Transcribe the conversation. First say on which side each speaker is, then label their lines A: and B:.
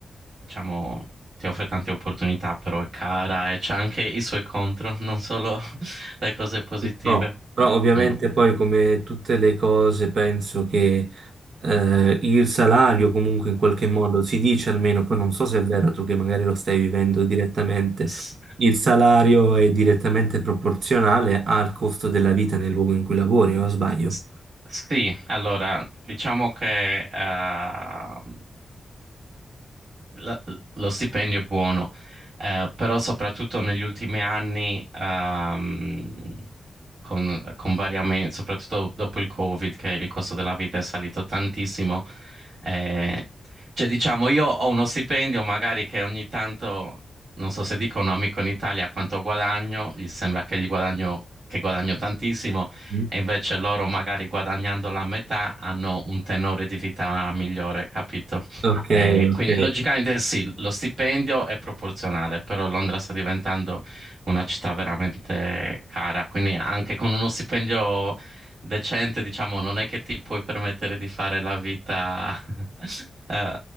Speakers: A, on the right; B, on the right.
A: diciamo ti offre tante opportunità, però è cara e c'ha anche i suoi contro, non solo <laughs> le cose positive.
B: Sì, Però, però ovviamente
A: Mm.
B: poi come tutte le cose penso che eh, il salario comunque in qualche modo si dice almeno, poi non so se è vero tu che magari lo stai vivendo direttamente,
A: S-
B: il salario è direttamente proporzionale al costo della vita nel luogo in cui lavori, o sbaglio?
A: s- Sì, allora, diciamo che eh, la- lo stipendio è buono, eh, però soprattutto negli ultimi anni, ehm, con, con vari aumen- soprattutto dopo il Covid, che il costo della vita è salito tantissimo, eh, cioè diciamo io ho uno stipendio magari che ogni tanto, non so se dico a un amico in Italia quanto guadagno, gli sembra che, gli guadagno, che guadagno tantissimo,
B: Mm.
A: e invece loro magari guadagnando la metà hanno un tenore di vita migliore, capito?
B: Ok,
A: Eh, quindi
B: ok.
A: logicamente sì, lo stipendio è proporzionale, però Londra sta diventando una città veramente cara, quindi anche con uno stipendio decente, diciamo, non è che ti puoi permettere di fare la vita <laughs> eh,